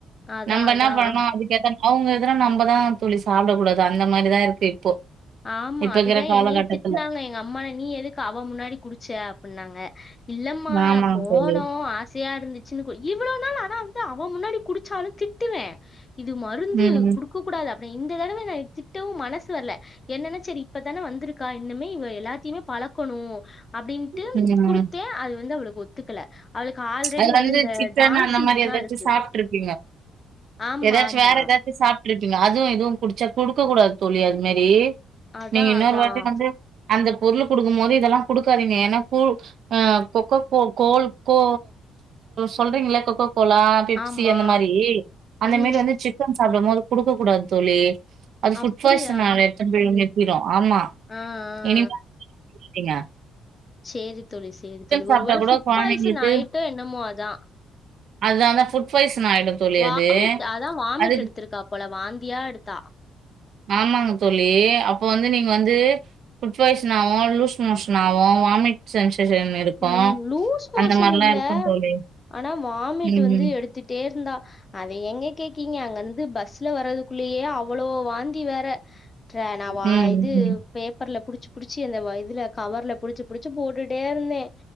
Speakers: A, on the left; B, on the right.
A: அதா
B: நம்ம என்ன
A: அதா
B: பண்ணணு அதுக்கேத்த அவங்க எதுர நம்மதா தோழி சாப்ட கூடாது அந்த மாரிதா இருக்கு இப்போ
A: ஆமா
B: இப்ப
A: அதுதா
B: இருக்கிற காலகட்டத்துல.
A: என்னயே திட்னாங்க எங்க அம்மா நீ எதுக்கு அவ முன்னாடி குடிச்ச அப்டின்னாங்க இல்லம்மா
B: ஆமாங்க
A: போனோ
B: தோழி.
A: ஆசையா இருந்துச்சு சின்ன கு இவ்ளோ நாள் ஆனா வந்து அவன் முன்னாடி குடிச்சாலு திட்டுவே இது மருந்து
B: ம்,
A: குடுக்க கூடாது அப்ப இந்த தடவ நா திட்டவு மனசு வரல என்னனா சரி இப்பதான வந்திருக்கா இன்னுமே இவ எல்லாத்தையுமே பழக்கணு அப்படின்ட்டு
B: ம், ம்.
A: குடுத்த அது வந்து அவளுக்கு ஒத்துக்கல அவளுக்கு ஆல்ரெடி
B: அது வந்து
A: வேற இந்த
B: சிக்கன்
A: டான்
B: அந்த
A: சிம்ஸ்லாம்
B: மாரி எதாச்சு
A: இருக்கு.
B: சாப்ட்ருப்பிங்க
A: ஆமா,
B: எதாச்சு
A: ஆமா.
B: வேற எதாச்சு சாப்ட் ருப்பிங்க அதுவு இதுவு குடிச்சா குடுக்க கூடாது தோழி அது மேரி
A: அதான்,
B: நீங்க இன்னொரு
A: அதான்.
B: வாட்டி வந்து அந்த பொருள் குடுக்கும் போது இதெல்லா குடுக்காதீங்க ஏன்னா கூல் ஆ கொக்கக்கோ கோல் கோ சொல்றீங்கள கொக்க கோலா பெப்சி
A: ஆமா.
B: அந்த மாரி அந்த
A: ம்.
B: மேரி வந்து சிக் சாப்டும் போது குடுக்க கூடாது தோழி அது ஃபுட்
A: அப்படியா?
B: பாய்சன் ஆ எடுத்துட் போய் நிறுத்திறு ஆமா
A: ம் ம்
B: இனிமே <inaudible> ங்க
A: சேரி தோழி சேரி தோழி
B: சாப்ட்டா
A: ஒருவேள
B: கூட
A: ஃபுட்
B: கொழந்தைங்களுக்கு
A: பாய்சன் ஆயிட்டோ என்னமோ அதா
B: அதா அதா ஃபுட் பாய்சன் ஆயிடு தோழி
A: வாமிட்
B: அது
A: அதா வாமிட்
B: அதுக்கு
A: எடுத்திருக்கா போல வாந்தியா எடுத்தா
B: ஆமாங்க தோழி அப்ப வந்து நீங்க வந்து ஃபுட் பாய்ஷன் ஆவு லூஸ் மோஷன் ஆவு வாமிட் சென்சேஷன் இருக்கு
A: ம் லூஸ் மோஷன்
B: அந்த மார்லா
A: இல்ல.
B: இருக்கு தோழி
A: ஆனா வாமிட்
B: ம்
A: வந்து
B: ம்
A: எடுத்துட்டே இருந்தா அத ஏங்க கேக்கீங்க அங்க இருந்து பஸ்ல வர்றதுக்குள்ளயே அவ்ளோ வாந்தி வேற ற நா வா
B: ம்
A: இது
B: ம்
A: பேப்பர்ல புடிச்சு புடிச்சு அந்த வ இதுல கவர்ல புடிச்சு புடிச்சு போட்டுட்டே இருந்தே